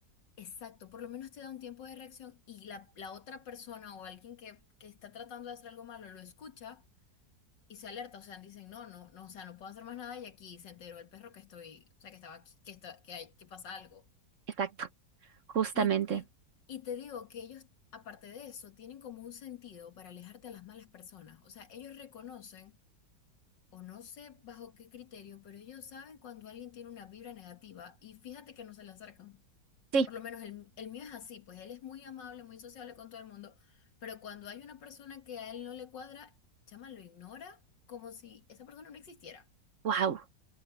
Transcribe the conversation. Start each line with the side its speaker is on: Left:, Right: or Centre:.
Left: Exacto, por lo menos te da un tiempo de reacción y la, la otra persona o alguien que, que está tratando de hacer algo malo lo escucha y se alerta, o sea, dicen, no, no, no, o sea, no puedo hacer más nada y aquí se enteró el perro que estoy, o sea, que estaba aquí, que, está, que, hay, que pasa algo.
Right: Exacto, justamente.
Left: Y, y, y te digo que ellos, aparte de eso, tienen como un sentido para alejarte a las malas personas, o sea, ellos reconocen, o no sé bajo qué criterio, pero ellos saben cuando alguien tiene una vibra negativa y fíjate que no se le acercan.
Right: Sí,
Left: Por lo menos el, el mío es así, pues él es muy amable, muy sociable con todo el mundo, pero cuando hay una persona que a él no le cuadra, chama, lo ignora como si esa persona no existiera.
Right: wow.